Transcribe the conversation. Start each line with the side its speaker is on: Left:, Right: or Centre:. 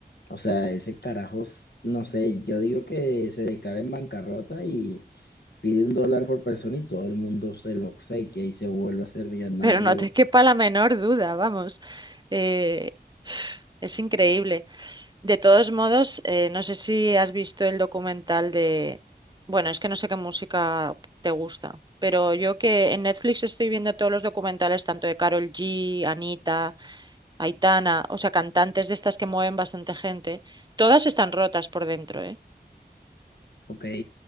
Left: O sea, ese carajos, no sé, yo digo que se declara en bancarrota y pide un dólar por persona y todo el mundo se lo obsequia y se vuelve a ser millonario.
Right: pero no te <laughs> quepa la menor duda, vamos. Eh, es increíble. De todos modos, eh, no sé si has visto el documental de... Bueno, es que no sé qué música te gusta, pero yo que en Netflix estoy viendo todos los documentales, tanto de Karol G, Anita, Aitana, o sea, cantantes de estas que mueven bastante gente, todas están rotas por dentro, ¿eh?
Left: Ok.